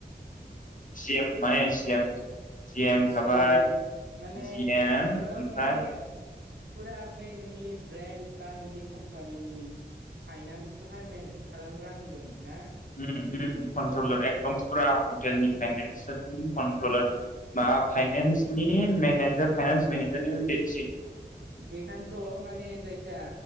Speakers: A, on the left; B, on the right.
A: <inaudible> C M <unintelligible> <unintelligible> C M
B: CM
A: थाबाय।
B: माने
A: जि एम
B: नोङो
A: ओमफ्राय
B: माने फुरा बे नोंनि ब्रेन्ड बा नोंनि कम्पानिनि फाइनान्सखौहाय मेनेज खालामग्रा होनदों। ना
A: उम उम कन्ट्रलार
B: थ'
A: एकदम फुरा नि फाइनेस <unintelligible> नि कन्ट्रलार मा फाइनस नि मेनेजार फाइनान्स मेनेजारनिबो देदसिन।
B: बेखायनोथ' माने जायखिजया